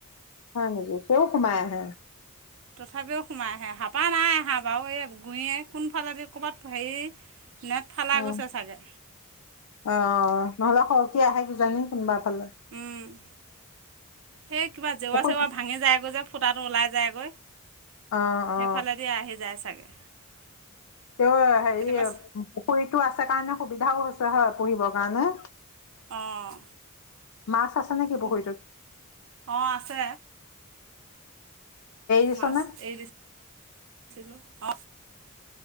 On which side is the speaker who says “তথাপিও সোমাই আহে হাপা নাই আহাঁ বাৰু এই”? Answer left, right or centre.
Right